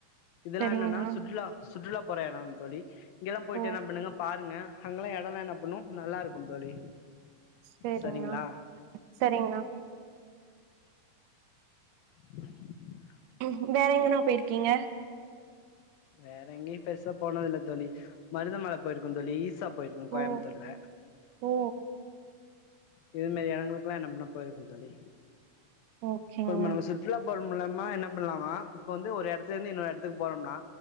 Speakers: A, on the left; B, on the right.
A: இதெல்லா
B: சரிங்கண்ணா
A: என்னன்னா சுற்றுலா சுற்றுலா போற எட தோழி இங்க தா போயிட்டு
B: ஓ
A: என்ன பண்ணுங்க பாருங்க அங்கெல்லா எடம்லா என்ன பண்ணும் நல்லா இருக்கும் தோழி
B: சேரிங்ணா
A: சரிங்களா
B: சரிங்ணா
A: <inaudible>
B: ம் வேற எங்கன்னா போயிருக்கீங்க
A: வேற எங்கேயு பெருசா போனதில்ல தோழி மருத மல போயிருக்கோ தோழி ஈசா போயிருக்கோ கோயம்புத்தூர்ல
B: ஓ ஓ
A: இதுமாரி இடங்களுக்லா ந முன்ன போயிருக்கே தோழி
B: ஓகேயா
A: இப்ப நம்ம நம்ம சுற்றுலா மூலமா என்ன பண்ணலாமா இப்ப வந்து ஒரு எடத்ல இருந்து இன்னொரு எடத்துக்கு போறோம்னா